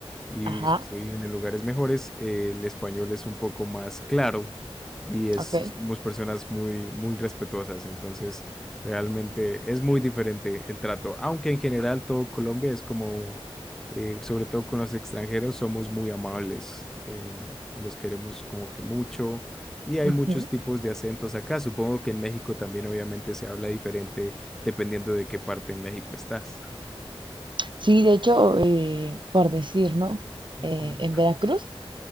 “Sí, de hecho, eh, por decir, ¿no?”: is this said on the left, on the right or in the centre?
Right